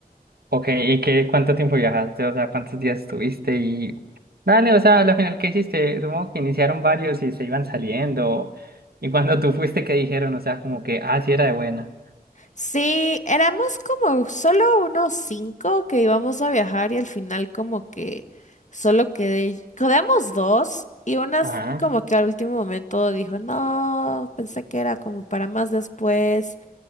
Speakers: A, on the right (about 80°); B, on the left (about 50°).
A: Ok, ¿y qué, cuánto tiempo viajaste? O sea, ¿cuántos días estuviste? Y dale, o sea, al final, ¿qué hiciste? Supongo que iniciaron varios y se iban saliendo. Y cuando tú fuiste, ¿qué dijeron? O sea, como que, ah, sí era de buena.
B: Sí, éramos como solo unos cinco que íbamos a viajar y al final como que solo quedé, quedamos dos y unas
A: Ajá,
B: como que al último momento dijo, no, pensé que era como para más después.